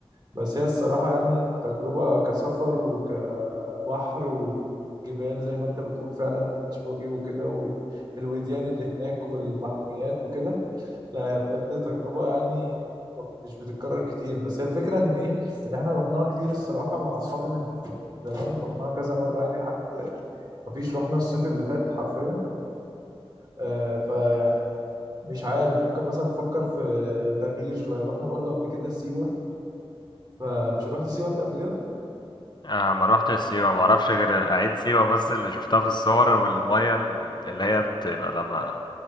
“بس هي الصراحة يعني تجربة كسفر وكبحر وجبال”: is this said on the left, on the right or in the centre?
Right